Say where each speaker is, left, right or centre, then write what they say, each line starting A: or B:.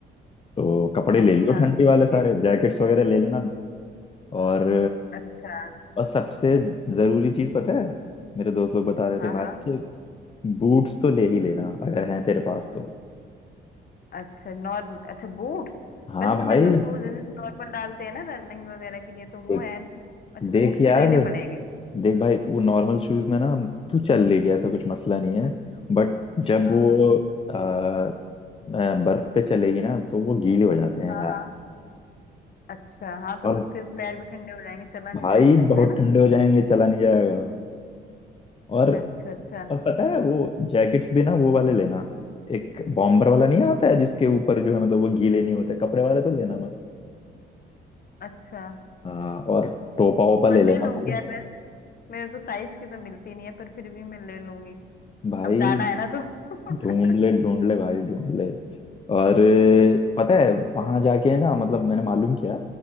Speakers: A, on the left; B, on the left.
A: तो कपड़े
B: अच्छा
A: ले लियो ठंडी
B: ठीक
A: वाले सारे
B: है
A: जैकेट्स वगैरह ले लेना और
B: अच्छा
A: और सबसे जरूरी चीज पता है मेरे दोस्त लोग बता रहे
B: हाँ
A: थे भाई
B: हाँ
A: कि बूट्स तो ले ही लेना अगर हैं तेरे पास तो
B: अच्छा नॉर अच्छा बूट
A: हाँ
B: वैसे
A: भाई
B: तो मेरे पास शूज है जैसे नॉर्मल डालते हैं ना रनिंग वगैरह के लिए
A: देख
B: तो वो है अच्छा
A: देख
B: बूट्स
A: यार
B: भी लेने पड़ेंगे
A: देख भाई वो नॉर्मल शूज में ना तू चल लेगी ऐसा कुछ मसला नहीं है बट जब
B: हाँ
A: वो
B: हाँ
A: अ, अ, बर्फ पे चलेगी ना तो वो गीले हो जाते हैं
B: हाँ
A: यार
B: हाँ अच्छा हाँ तो
A: और
B: वो फिर पैर भी ठंडे हो जाएंगे चला नहीं
A: भाई
B: जाएगा
A: बहुत
B: है ना
A: ठंडे हो जाएंगे चला नहीं जाएगा और
B: अच्छा अच्छा
A: और पता है वो जैकेट्स भी ना वो वाले लेना एक बॉम्बर वाला नहीं आता है जिसके ऊपर जो है मतलब वो गीले नहीं होते कपड़े वाले तो लेना मत
B: अच्छा
A: हाँ और टोपा वोपा
B: मैं
A: ले लेना
B: ले लूंगी
A: भाई
B: यार वैसे मेरे तो साइज की तो मिलती नहीं है पर फिर भी मैं ले लूंगी
A: भाई
B: अब जाना है ना तो
A: ढूंढ ले
B: <laughs>
A: ढूंढ ले भाई ढूंढ ले और अ, पता है वहां जाके ना मतलब मैंने मालूम किया